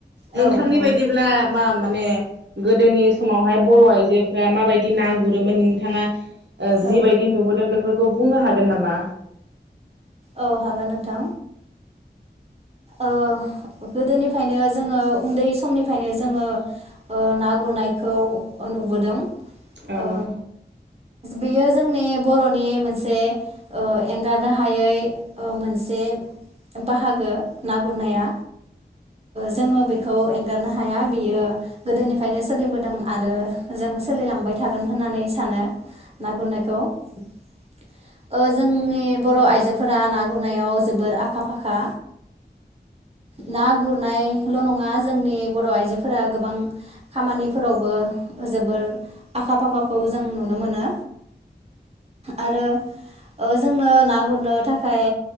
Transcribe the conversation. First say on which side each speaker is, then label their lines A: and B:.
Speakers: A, on the right; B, on the right.
A: नोंथांनि
B: औ औ
A: बायदिब्ला मा माने? गोदोनि समावहाय बर' आइजोफ्रा माबायदि ना गुरोमोन नोंथाङा? जिबायायदि
B: औ
A: नुबोदों बेफोर खौ बुंनो हागोन नामा
B: औ हागोन नोंथां ओ गोदोनिफ्रायनो जोङो उन्दै समनिफ्रायनो जोङो ओ ना गुरनायखौ नुबोदों
A: औ
B: ओ बेयो जोंनि बर'नि मोनसे ओ एंगारनो हायै ओ मोनसे बाहागो ना गुरनाया जोङो बेखौ एंगारनो हाया बियो गोदोनिफ्रायनो सोलिबोदों आरो जों सोलिलांबाय थागोन होननानै सानो ना गुरनायखौ ओ जोंनि बर' आइजो फ फोरा ना गुरनायाव जोबोर आखा फाखा ना गुरनायल नङा जोंनि बर' आइजोफोरा गोबां खामानिफोरावबो जोबोर आखा फाखाखौ जों नुनो मोनो आरो ओ जोंनो ना गुरनो थाखाय